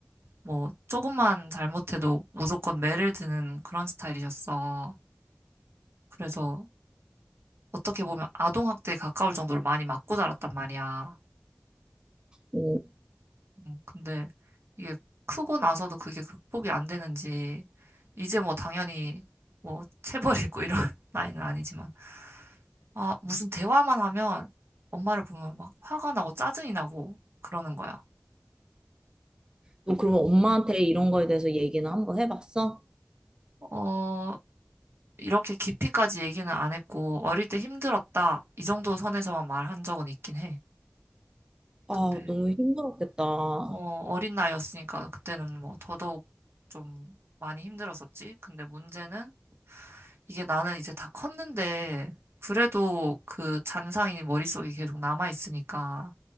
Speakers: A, on the right; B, on the right.
A: 뭐 조금만 잘못해도 무조건 매를 드는 그런 스타일이셨어. 그래서 어떻게 보면 아동학대에 가까울 정도로 많이 맞고 자랐단 말이야.
B: 어.
A: 음, 근데 이게 크고 나서도 그게 극복이 안 되는지, 이제 뭐 당연히 뭐 체벌이고 <laughs> 이런 나이는 아니지만, 아, 무슨 대화만 하면 엄마를 보면 막 화가 나고 짜증이 나고 그러는 거야.
B: 너 그러면 엄마한테 이런 거에 대해서 얘기는 한번 해봤어?
A: 어, 이렇게 깊이까지 얘기는 안 했고, 어릴 때 힘들었다. 이 정도 선에서만 말한 적은 있긴 해.
B: 아,
A: 근데,
B: 너무 힘들었겠다.
A: 어, 어린 나이였으니까 그때는 뭐 더더욱 좀 많이 힘들었었지. 근데 문제는 이게 나는 이제 다 컸는데, 그래도 그 잔상이 머릿속에 계속 남아있으니까,